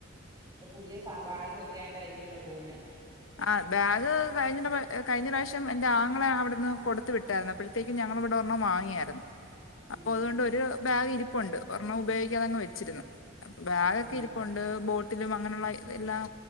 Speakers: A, on the right; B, on the left.
A: അപ്പൊ പുതിയ സ ഭാഴൊക്കെ <unintelligible> ആയിട്ടായിരിക്കല്ലോ <unintelligible> പോവുന്നേ
B: ആ ബാഗ് കഴിഞ്ഞ കഴിഞ്ഞ പ്രാവശ്യം എന്റെ ആങ്ങളെ അവിടുന്ന് കൊടുത്ത വിട്ടായിരുന്നു അപ്പോഴത്തേക്ക് ഞങ്ങള ഇവിടെരെണ്ണം വാങ്ങിയായിരുന്നു അപ്പൊ
A: ഉം
B: അതുകൊണ്ട് ഒരു ബാഗ് ഇരിപ്പുണ്ട് ഒരെണ്ണം ഉപയോഗി യതങ് വച്ചിരുന്നു അപ്പൊബാഗൊക്കെ
A: ആണോ
B: ഇരിപ്പുണ്ട് ബോ <unintelligible> എല്ലാം